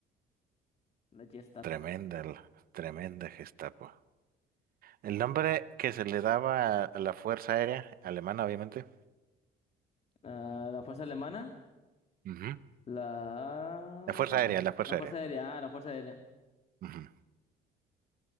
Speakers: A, on the left; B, on the right.
A: La Gestapo.
B: Tremenda, la- tremenda Gestapo. El nombre que se le daba a la Fuerza Aérea Alemana, obviamente.
A: Ah, la fuerza alemana.
B: Ujú.
A: La...
B: La Fuerza Aérea, la Fuerza
A: La Fuerza
B: Aérea.
A: Aérea, ah, la Fuerza Aérea.
B: Ujú.